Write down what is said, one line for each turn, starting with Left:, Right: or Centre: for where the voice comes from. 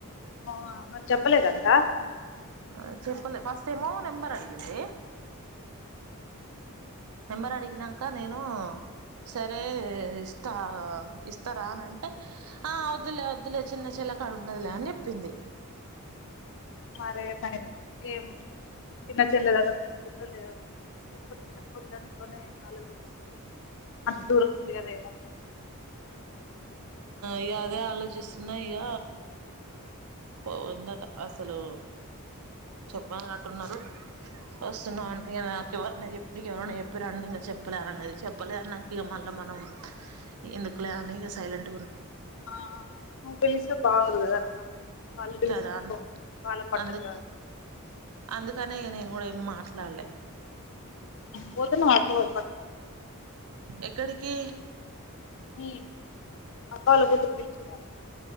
Left: ఆ మరి చెప్పలేదంతా
Right: ఆ చెప్పలే ఫస్ట్ ఏమో నెంబర్ అడిగింది నెంబర్ అడిగినాక నేను సరే ఇస్తా ఇస్తారా అనింటే ఆ వద్దులే వద్దులే చిన్న చిల్ల కాడ ఉన్నదులే అని చెప్పింది
Left: మరే బయ ఏం చిన్న చెల్ల దగ్గర తీసుకుంటూ లేదు చెప్పద్ చెప్పొద్ దాంట్లోనే ఆలోచించి అంత దూరం ఉంది కదా ఏమంటంది
Right: ఇక అదే ఆలోచిస్తున్నా ఇక పోందట అసలు చెప్పాలన్నట్టున్నారు వస్తున్నా అంటే ఇ నాకు ఎవరినా చెప్ప ఇక ఎవరనా చెప్పారంట ఇంక చెప్పలేరు అనేది చెప్పలే నాక ఇక మళ్ళా మనం ఎందుకులే అని ఇక సైలెంట్
Left: ఆ నువ్వు పిలిస్తే బాగోదు కదా అక్క వాళ్ళు పిలిస్తేనే
Right: కదా అ
Left: పో వాళ్ళ పండగ
Right: అందు
Left: కాదు
Right: అందుకనే నేను కూడా ఇమా అస్లాళ
Left: పోతున్నావా పండగకి
Right: ఎక్కడికి
Left: మీ అప్పాల గుర్తు పిలిచదాము